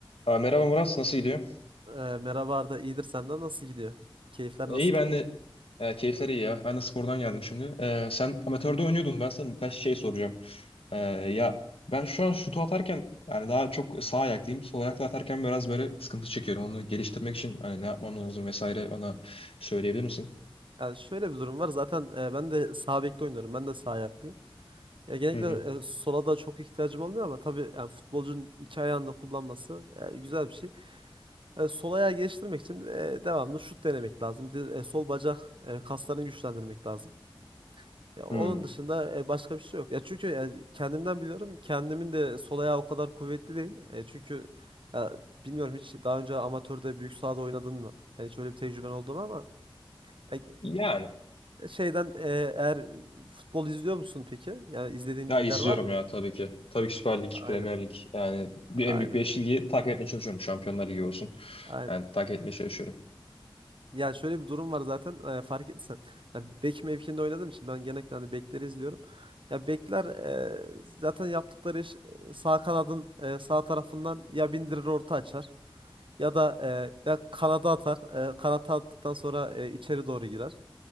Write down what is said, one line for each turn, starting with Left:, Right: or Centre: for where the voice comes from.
Left: Aa, merhaba Murat, nasıl gidiyor?
Right: Ee, merhaba Arda, iyidir senden nasıl gidiyor? Keyifler
Left: E,
Right: nasıl?
Left: İyi ben de e, keyifler iyi ya. Ben de spordan geldim şimdi. E, sen amatörde oynuyordun. Ben sana birkaç şey soracağım. E, ya ben şu an şutu atarken yani daha çok sağ ayaklıyım. Sol ayakla atarken biraz böyle sıkıntı çekiyorum. Onu geliştirmek için hani ne yapmam lazım vesaire bana söyleyebilir misin?
Right: Yani şöyle bir durum var. Zaten e, ben de sağ bekte oynuyorum. Ben de sağ ayaklıyım. Ya genellikle
Left: Hı hı.
Right: e, sola da çok ihtiyacım olmuyor ama tabii yani futbolcunun iki ayağını da kullanması e, güzel bir şey. E, sol ayağı geliştirmek için e, devamlı şut denemek lazım. Bir de e, sol bacak e, kaslarını güçlendirmek lazım. Ya onun
Left: Hmm.
Right: dışında e, başka bir şey yok. Ya çünkü ya kendimden biliyorum. Kendimin de sol ayağı o kadar kuvvetli değil. E, çünkü ya bilmiyorum hiç daha önce amatörde büyük sahada oynadın mı? Yani şöyle bir tecrüben oldu mu ama e,
Left: Yani.
Right: şeyden e, eğer futbol izliyor musun peki? Yani izlediğin
Left: Ya
Right: ligler
Left: izliyorum
Right: var mı?
Left: ya tabii ki. Tabii ki Süper Lig,
Right: Aynen.
Left: Premier Lig. Yani bir,
Right: Aynen.
Left: en büyük beş ligi takip etmeye çalışıyorum. Şampiyonlar Ligi olsun.
Right: Aynen.
Left: Yani takip etmeye çalışıyorum.
Right: Ya şöyle bir durum var zaten e, fark ettiysen. Ya bek mevkiinde oynadığım için ben genellikle hani bekleri izliyorum. Ya bekler e, zaten yaptıkları iş e, sağ kanadın e, sağ tarafından ya bindirir orta açar ya da e, ya kanada atar. E, kanata attıktan sonra e, içeri doğru girer.